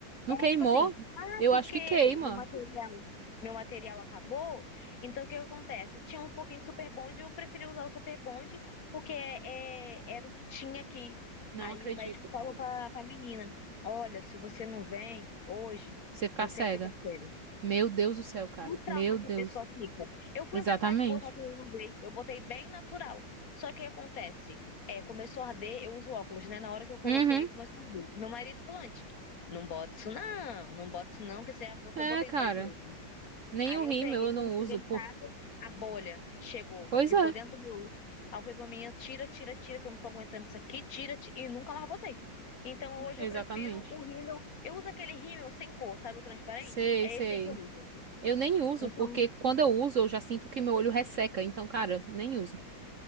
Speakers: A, on the right; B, on the left.
A: Não
B: É,
A: queimou?
B: tipo assim,
A: Eu
B: porque
A: acho que queima.
B: meu material, meu material acabou. Então, o que acontece? Tinha um pouquinho de Super Bond, eu preferi usar o Super Bond, porque é, era o que tinha aqui.
A: Não
B: Aí
A: acredito,
B: o médico
A: cara.
B: falou pra, pra menina: Olha, se você não vem hoje,
A: Você ficar
B: você
A: cega.
B: fica sério
A: Meu Deus do céu, cara.
B: o trauma
A: Meu
B: que
A: Deus.
B: a pessoa fica. Eu fui
A: Exatamente.
B: inventar de botar tudo de uma vez, eu botei bem natural. Só que o que acontece? É, começou a arder, eu uso óculos, né? Na hora que eu coloquei,
A: Uhum.
B: começou a arder. E meu marido falou antes, não bota isso não, não bota isso não, que você botou,
A: É,
B: botei
A: cara.
B: duas vezes.
A: Nem
B: Aí
A: o
B: eu
A: rímel
B: peguei,
A: eu
B: quando
A: não
B: cheguei
A: uso,
B: em
A: por...
B: casa, a bolha chegou,
A: Pois
B: ficou
A: é,
B: dentro do meu olho. Aí foi pra mim, tira, tira, tira, que eu não tô aguentando isso aqui, tira, tira, e nunca mais botei. Então hoje
A: exatamente.
B: eu prefiro o rímel, eu uso aquele rímel sem cor, sabe o transparente?
A: Sei,
B: É
A: sei.
B: esse aí que eu uso.
A: Eu nem uso,
B: Então
A: porque quando eu uso, eu já sinto que meu olho resseca. Então, cara, nem uso.